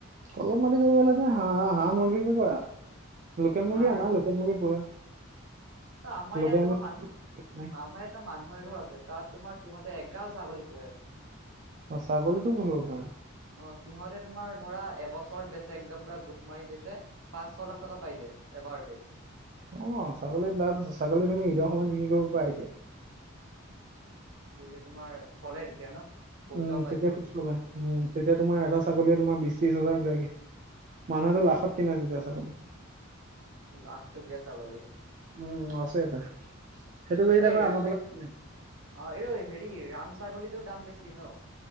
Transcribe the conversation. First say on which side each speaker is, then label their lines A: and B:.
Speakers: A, on the right; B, on the right.
A: অলপ মাটিত কৰিব হ'লে তুমি হাঁহ-হাঁহ, মুৰ্গীকে কৰা। লোকেল মুৰ্গী
B: হাঁহ
A: আনা,
B: আৰু
A: লোকেল
B: ন
A: মুৰ্গী পোহা।
B: ত আমাৰ
A: লোকেল
B: ইয়াত তোমাৰ
A: মুৰ্গী
B: মানুহ
A: নাই
B: উম আমাৰ ইয়াত তাতে মানুহ এঘৰ আছে তাত তোমাৰ সিহঁতে এগাল ছাগলী পোহে।
A: অঁ! ছাগলীতো পুহিব পাৰা।
B: অঁ! সিহঁতে তোমাৰ ধৰা এবছৰত বেচে একদম পুৰা গোট মাৰি বেচে। পাঁচ, ছয় লাখ টকা পাই যায় এবাৰতে।
A: অঁ! ছাগলীত লাভ আছে, ছাগলী তুমি ঈদৰ সময়ত বিক্ৰী কৰিব পাৰা এতিয়া।
B: উম! সেইটো তোমাৰ চলে তেতিয়া ন', পইচাও
A: উম, তেতিয়া
B: পাই কিছু-কিছু।
A: খুব চলে উম! তেতিয়া তোমাৰ এটা ছাগলীয়ে তোমাৰ বিছ, ত্ৰিছ হাজাৰ যায়গে। মানুহেটো লাখত কিনে তেতিয়া ছাগলী।
B: লাখ টকীয়া ছাগলী।
A: উম, আছে এটা। সেইটো <unintelligible>
B: এই
A: আকৌ আমাৰ ফালে কোনো নাই।
B: অ! এই হেৰি ৰাম ছাগলীটোৰ দাম বেছি ন?